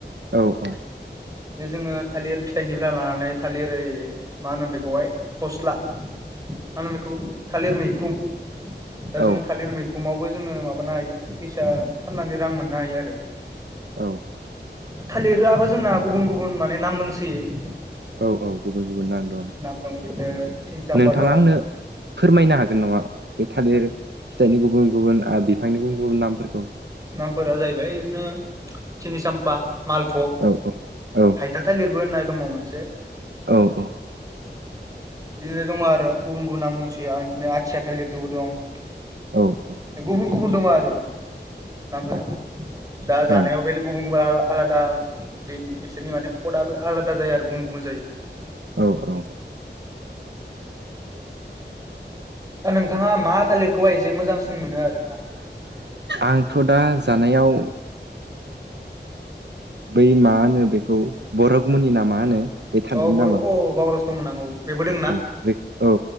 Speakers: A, on the right; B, on the right.
A: औ औ।
B: जोङो थालिर फिथाइनिफ्राय लानानै थालिर ओइ मा होनोम बेखौहाय फस्ला मा होनो बेखौ थालिर मैखुम दा
A: औ
B: जों थालिर मैखोमावबो जोङो माबानो हायो फैसा फाननानै रां मोननो हायो आरो
A: औ
B: थालिरआबो जोंना गुबुन गुबुन माने नाम लोंसैयो
A: औ औ गुबुन गुबुन नाम दं।
B: नाम दं बिदिनो सिनजाफा
A: नोंथाङा
B: दं।
A: आंनो फोरमायनो हागोन नामा बे थालिर फिथाइनि गुबुन गुबुन बिफांनि गुबुन गुबुन नामफोरखौ
B: नामफोरा जाहैबाय ओरैनो सिनिसाम्फा मालफग
A: औ औ औ।
B: हायथाथाय लिरबो होननाय दङ मोनसे।
A: औ औ।
B: <inaudible> बिदिनो दङ आरो गुबुन गुबुन नाम दंसै बिदिनो आथिया थालिरदोंबो दं।
A: औ औ।
B: गुबुन गुबुन दङ आरो नामफोरा दा जानायाव
A: औ
B: बे गुबुन गुबुन आलादा बिसोरनि माने कदआो आलादा जायो आरो गुबुन गुबुन जायो।
A: औ औ।
B: दा नोंथाङा मा थालिरखौबा एसे मोजांसिन मोनो आरो ना।
A: आंथ' दा जानायाव बै मा होनो बेखौ बर'गुमनि ना मा होनो? बे थालिरनि
B: औ बर'
A: नामा
B: औ बाबारस दंमोन आं औ बेबो दंना।
A: औ बे औ